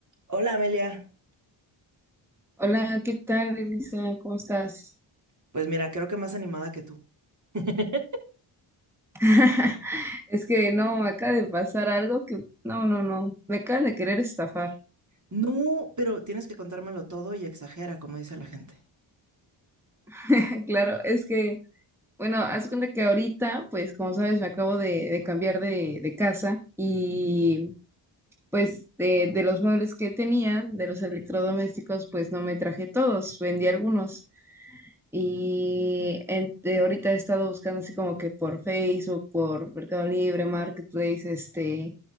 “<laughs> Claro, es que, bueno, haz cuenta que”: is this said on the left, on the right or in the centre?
Centre